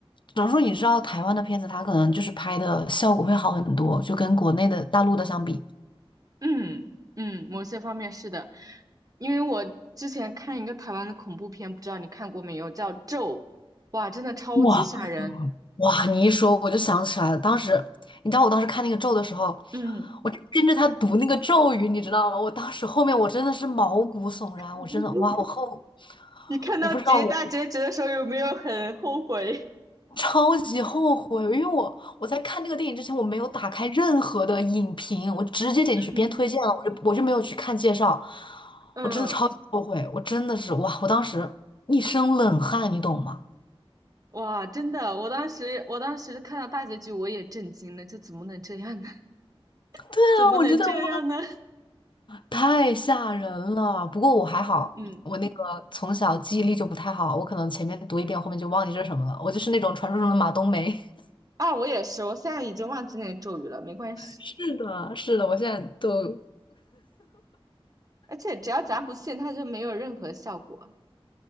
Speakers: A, on the left (about 55°); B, on the right (about 40°).
A: 只能说你知道台湾的片子，它可能就是拍的效果会好很多，就跟国内的大陆的相比。
B: 嗯嗯，某些方面是的，因为我之前看一个台湾的恐怖片，不知道你看过没有，叫《咒》，哇，真的超级吓人，
A: 哇，哇，你一说我就想起来了，当时你知道我当时看那个咒的时候，
B: 嗯，
A: 我就跟着他读那个咒语，你知道吗？我当时后面我真的是毛骨悚然，
B: <laughs>
A: 我真的哇，我后
B: 你看到结大结局的时候有没有很后悔？
A: 我不知道我。超级后悔，因为我我在看那个电影之前，我没有打开任何的影评，我直接点进去，
B: <laughs> 嗯
A: 别人推荐了，我就我就没有去看介绍，
B: 嗯。
A: 我真的超级后悔，我真的是哇，我当时一身冷汗，你懂吗？
B: 哇，真的，我当时我当时看到大结局，我也震惊了，这怎么能这样呢？<laughs>
A: 对啊，
B: 怎么能这样呢？
A: 我觉得哇，太吓人了。不过我还好，
B: <laughs> 嗯，
A: 我那个从小记忆力就不太好，我可能前面读一遍，后面就忘记这是什么了。我就是那种传说中的马冬梅。<laughs>
B: 啊，我也是，我现在已经忘记那个咒语了，没关系。
A: 是的，是的，我现在都
B: 而且只要咱不信，它就没有任何效果